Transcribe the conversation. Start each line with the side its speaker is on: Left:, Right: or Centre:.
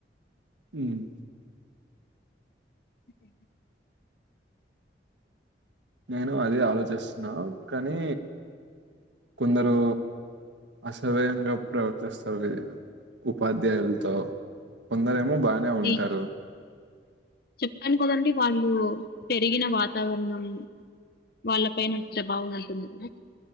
Right: మ్మ్
Left: <inaudible>
Right: నేను అది ఆలోచిస్తున్నా కానీ కొందరు అసభ్యంగా ప్రవర్తిస్తారు ఉపాధ్యాయులతో కొందరు ఏమ్ మ బానే
Left: అది
Right: ఉంటారు
Left: చెప్పాను కదండి వాళ్ళు పెరిగిన వాతావరణం వాళ్ళ పైన ప్రభావం ఉంటుంది